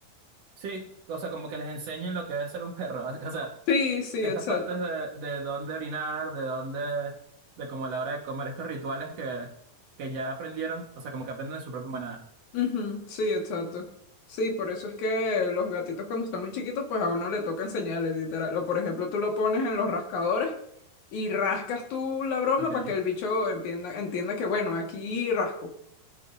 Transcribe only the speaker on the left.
Sí, sí,
exacto.
Ujú, Sí, exacto. Sí, por eso es que los gatitos cuando están muy chiquitos, pues a uno le toca enseñarles, literal. O por ejemplo, tú lo pones en los rascadores y rascas tú la broma
para que el bicho entienda, entienda que, bueno, aquí rasco.